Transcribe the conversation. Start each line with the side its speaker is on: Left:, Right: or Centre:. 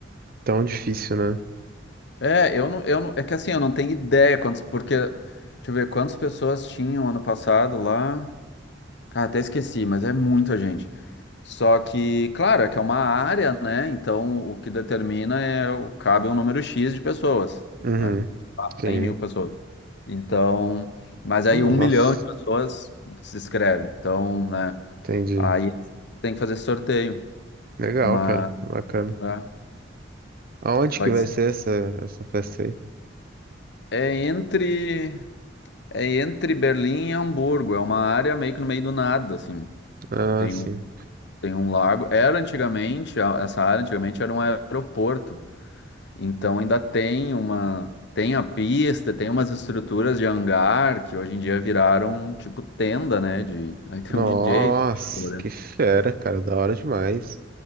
Right: tão difícil, né?
Left: é, eu não, eu não, é que assim, eu não tenho ideia quantos, porque, deixa eu ver, quantas pessoas tinham ano passado lá. Cara, até esqueci, mas é muita gente. Só que, claro, é que é uma área, né? Então, o que determina é, o- cabe um número X de pessoas,
Right: Uhum,
Left: né? Sei lá,
Right: sim.
Left: 100 mil pessoas. Então, mas aí
Right: Hum,
Left: um
Right: Nossa,
Left: milhão de pessoas se inscrevem. Então, né?
Right: entendi.
Left: Aí tem que fazer sorteio.
Right: Legal,
Left: mas
Right: cara. Bacana.
Left: É,
Right: Aonde
Left: vai
Right: que vai
Left: ser-
Right: ser essa, essa festa aí?
Left: é entre é entre Berlim e Hamburgo, é uma área meio que no meio do nada, assim.
Right: Ah,
Left: Tem
Right: sim.
Left: um, tem um lago. Era antigamente, a- essa área antigamente era um aeroporto. Então ainda tem uma tem a pista, tem umas estruturas de hangar que hoje em dia viraram tipo tenda, né, de <laughs> aí tem
Right: Nossa,
Left: um DJ tocando lá
Right: que
Left: dentro.
Right: fera, cara. Da hora demais.